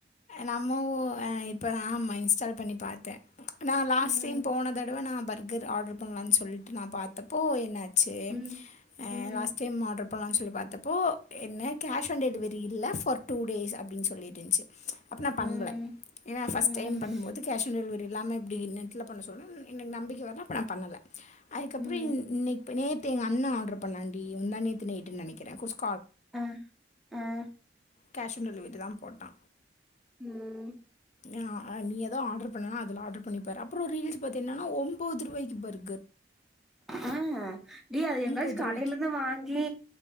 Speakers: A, on the left; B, in the centre.
A: நம்ம ஒ அ இப்பதா ஆமா இன்ஸ்டால் பண்ணி பாத்த நா லாஸ்ட்
B: ம்
A: டைம் போன தடவ நா பர்கர் ஆர்டர் பண்லான் சொல்லிட்டு நா பாத்தப்போ என்னாச்சு
B: ம்
A: அஹ்
B: ம்
A: லாஸ்ட் டைம் ஆர்டர் பன்லான் சொல்லி பாத்தப்போ என்ன கேஷ் ஓன் டெலிவெரி இல்ல ஃபோர் டூ டேஸ் அப்டின் சொல்லி இருன்ச்சு அப்ப நா பண்ல
B: ம்
A: ஏன்னா ஃபர்ஸ்ட்
B: ம்
A: டைம் பண்ணும்போது கேஷ் ஓன் டெ லிவெரி இல்லாம இப்டி நெட்ல பண்ண சொல்ல எனக்கு நம்பிக்க வரல நா பண்ணல அதுக்கப்றோ
B: ம்
A: இன் இன்னைக் ப்ப நேத்து எங்கண்ண ஆர்டர் பண்ணான்டி முந்தா நேத்து நைட்டுன் நெனக்கிற குஸ்
B: அஹ் ஆஹ்
A: கேஷ் ஓன் டெலிவெரி தா போட்டா
B: ம்
A: எ ஆ அ நீ எதோ ஆர்டர் பண்ணுனா அதுல ஆர்டர் பண்ணி பாரு அப்றோ ரீல்ஸ் பாத்த என்னனா ஒம்போதுருவாய்க்கு பர்
B: அஹ் அது எங்காச்சு
A: ரூ.
B: கடைலிந்து வாங்கி